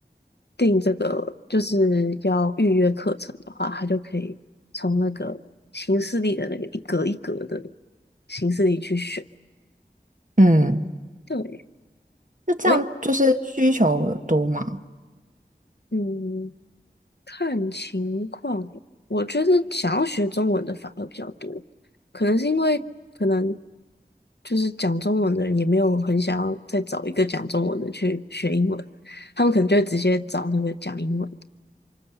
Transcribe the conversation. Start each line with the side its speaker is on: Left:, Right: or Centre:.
Left: 订这个就是要预约课程的话，他就可以从那个形式历的那个一格一格的形式里去选。
Right: 嗯，
Left: 对，
Right: 那这样就是需求多吗？
Left: 我嗯，看情况，我觉得想要学中文的反而比较多，可能是因为可能就是讲中文的人也没有很想要再找一个讲中文的去学英文，他们可能就会直接找那个讲英文的。